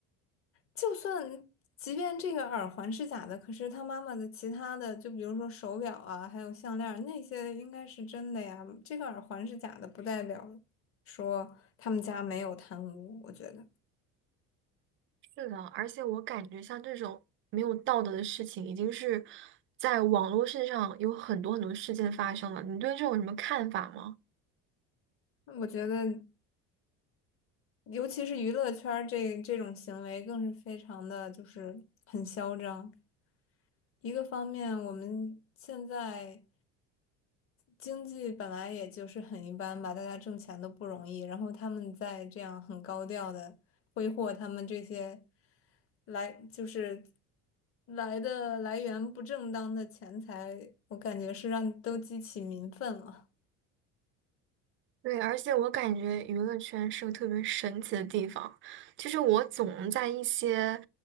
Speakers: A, on the left; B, on the right.
A: 就算即便这个耳环是假的，可是他妈妈的其他的，就比如说手表啊，还有项链儿那些应该是真的呀。这个耳环是假的，不代表说他们家没有贪污。我觉得，
B: 是的，而且我感觉像这种没有道德的事情，已经是在网络世上有很多很多事件发生了。你对这种有什么看法吗？
A: 我觉得，尤其是娱乐圈儿这这种行为，更是非常的就是很嚣张。一个方面，我们现在。经济本来也就是很一般吧，大家挣钱都不容易，然后他们在这样很高调的挥霍他们这些来就是来的来源不正当的钱财，我感觉是让都激起民愤了。
B: 对，而且我感觉娱乐圈是个特别神奇的地方。就是我总在一些，